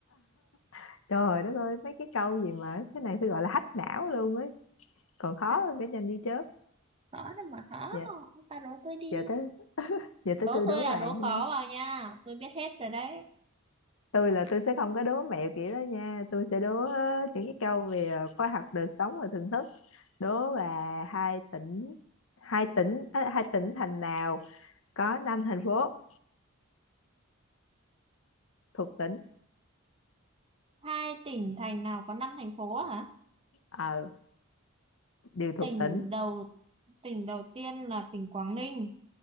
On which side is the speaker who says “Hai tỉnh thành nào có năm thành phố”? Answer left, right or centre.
Right